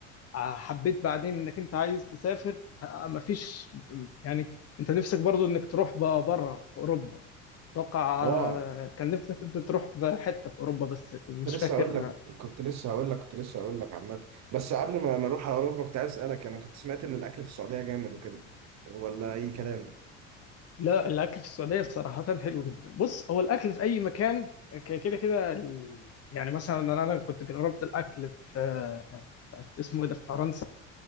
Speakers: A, on the left; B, on the right.
A: آه، حبيت بعدين انك انت عايز تسافر مفيش يعني انت نفسك برضو انك تروح بره في اوروبا اتوقع
B: اه
A: آه، كان نفسك انت تروح في حته في اوروبا بس مش
B: كنت لسه
A: فاكر
B: هقول لك كنت لسه هقول لك كنت لسه هقول لك عامة بس قبل ما ما نروح على أوروبا كنت عايز أسألك أنا كنت سمعت إن الأكل في السعودية جامد وكده ولا أي كلام؟
A: لا الاكل في السعوديه صراحه حلو جدا بص هو الاكل في اي مكان ك- كده كده ال- يعني مثلا انا أنا كنت جربت الاكل في في اسمه إيه ده في فرنسا